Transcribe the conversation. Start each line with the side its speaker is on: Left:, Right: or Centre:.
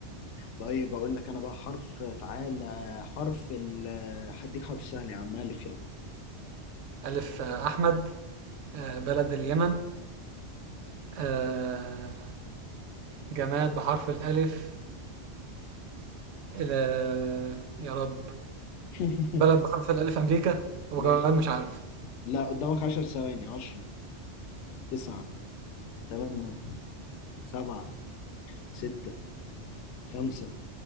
Left: طيب اقول لك انا بقى حرف تعالى حرف ال هديك حرف سهل يا عم الف يلا
Right: الف آه، احمد آه، بلد اليمن آه، جماد بحرف الالف ال- يا رب
Left: <laughs>
Right: بلد بحرف الالف امريكا وجوان
Left: ماشي
Right: مش عارف
Left: لا قدامك عشر ثواني عشرة تسعة تمانية سبعة ستة خمسة